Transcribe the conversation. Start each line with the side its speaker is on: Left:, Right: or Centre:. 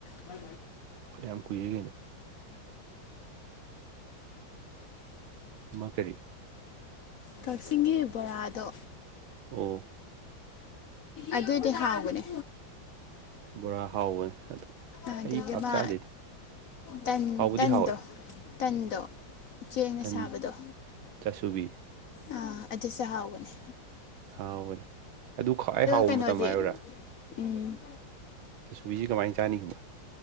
Left: ꯍꯣ
Right: ꯐꯅꯌꯥꯝ ꯀꯨꯏꯔꯦ ꯀꯩꯅꯣ ꯑꯃ ꯀꯔꯤ
Left: ꯀꯛꯆꯤꯡꯒꯤ ꯕꯣꯔꯥꯗꯣ
Right: ꯑꯣ
Left: ꯑꯗꯨꯏꯗꯤ ꯍꯥꯎꯕꯅꯦ
Right: ꯕꯣꯔꯥ ꯍꯥꯎꯕꯅꯦ ꯑꯗꯨ
Left: ꯑꯗꯒꯤꯃ
Right: ꯑꯩ ꯄꯥꯛ ꯆꯥꯗꯦꯗ
Left: ꯇꯟ
Right: ꯍꯥꯎꯕꯨꯗꯤ
Left: ꯇꯟꯗ
Right: ꯍꯥꯎꯋꯦ
Left: ꯇꯟꯗꯣ ꯆꯦꯡꯅ
Right: ꯇꯟ
Left: ꯁꯥꯕꯗꯣ
Right: ꯆꯥꯁꯨꯕꯤ
Left: ꯑꯥ ꯑꯗꯨ ꯆꯥꯛꯍꯥꯎꯕꯅꯦ
Right: ꯍꯥꯎꯕꯅꯦ ꯑꯗꯨ ꯈ꯭ꯋꯥꯏ ꯍꯥꯎꯕ
Left: ꯀꯩꯅꯣꯗꯤ
Right: ꯃꯇꯝ ꯍꯥꯏꯌꯨꯔꯥ
Left: ꯎꯝ
Right: ꯆꯥꯁꯨꯕꯤꯁꯦ ꯀꯃꯥꯏꯅ ꯆꯥꯅꯤ ꯈꯪꯕꯔ